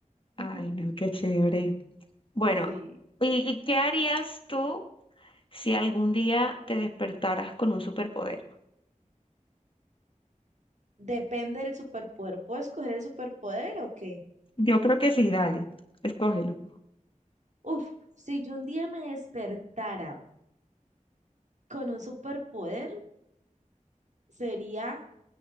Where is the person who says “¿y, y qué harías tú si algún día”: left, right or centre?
Left